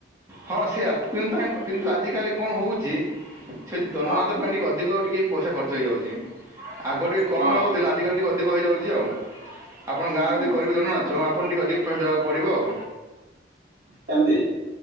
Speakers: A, on the right; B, on the right.
A: ହଁ ସେଇଆ। କିନ୍ତ ତାଙ୍କ ପ କିନ୍ତୁ ଆଜିକାଲି କଣ ହେଉଛି, ସେ ଦଣ୍ଡ
B: ହଁ
A: ନାଚ ପାଇଁ ଟିକେ ଅଧିକ ଟିକେ ପଇସା ଖର୍ଚ୍ଚ ହେଇଯାଉଛି। ଆଗ ଟିକେ କମ୍
B: ହଁ
A: ରହୁଥିଲା, ଆଜିକାଲି ଟିକେ ଅଧିକ ହେଇଯାଉଛି ଆଉ। ଆପଣଙ୍କ ଗାଁରେ
B: ହୁଁ
A: ଯଦି କରିବେ ଦଣ୍ଡ ନାଚ, ଆପଣ ଟିକେ ଅଧିକ ପଇସା ଦେବାକୁ ପଡ଼ିବ ଆଉ।
B: ସେମିତି